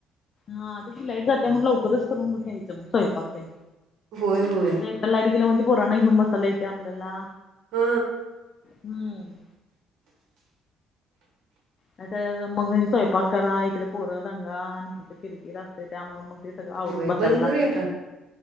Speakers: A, on the left; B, on the right.
A: हा ते ती लाईट जाते मग लवकरच करून ब घ्यायचं मग स्वयंपाक ते.
B: होय होय.
A: लाईट गेलं म्हंजे पोरांना घेऊन बसायला येते आपल्याला
B: हा
A: हम्म. नाही त मगं स्वयंपाक करा इकडे पोरं दंगा आणि किरकिर असते त्यामुळे मगं ते सगळं आवरून
B: होय
A: बसायला
B: बंद करूया
A: लागते,
B: का